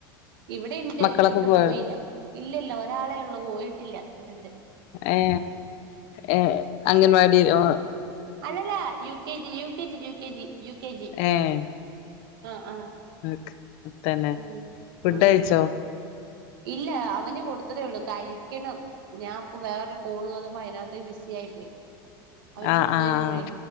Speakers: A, on the right; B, on the left.
A: ഇവിടെ ഇണ്ട്
B: മക്കളൊക്കെ
A: ഇവിടെ
B: പോയോ
A: പോയില്ല ഇല്ലല്ല ഒരാളെ ള്ളൂ പോയിട്ടില്ല ഇവിടെണ്ട്
B: ഏ ഏ അംഗൻവാടിയിലോ
A: അല്ലല്ല U K G U K G U K G U K G
B: ഏഹ്
A: ആ ആ
B: ഓക്കെ തന്നെ
A: ഉം
B: ഫുഡ്
A: ഉം
B: കഴിച്ചോ
A: ഇല്ല അവന് കൊടുത്തതേള്ളു കഴിക്കണം ഞാൻ ഇപ്പൊ വേറൊരു കോള് വന്നപ്പോ അതിനകത്തേ ബിസി ആയി പോയി അവന്
B: ആഹ്
A: കൊടുത്തഴിഞ്ഞപ്പഴേ
B: ആഹ്